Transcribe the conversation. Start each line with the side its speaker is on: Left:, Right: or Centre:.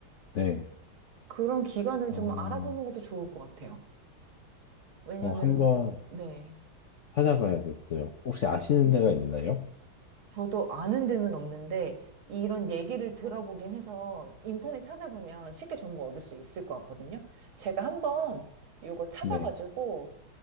Left: 네.
Right: 그런 기간을
Left: 어,
Right: 좀 알아보는 것도 좋을 것 같아요. 왜냐면,
Left: 어, 한번
Right: 네.
Left: 찾아봐야겠어요. 혹시 아시는
Right: 음.
Left: 데가 있나요?
Right: 저도 아는 데는 없는데, 이런 얘기를 들어보긴 해서 인터넷 찾아보면 쉽게 정보 얻을 수 있을 것 같거든요. 제가 한번 이거 찾아가지고,
Left: 네.